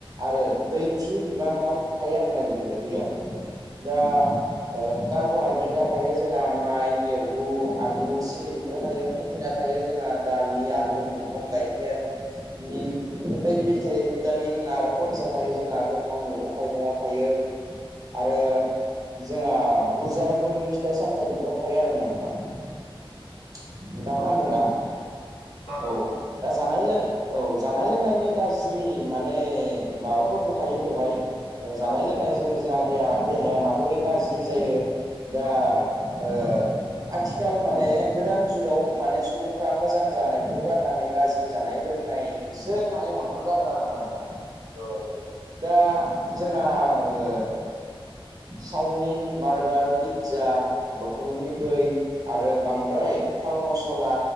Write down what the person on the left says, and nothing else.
औ
औ
खोनादों
नोंथां
औ
औ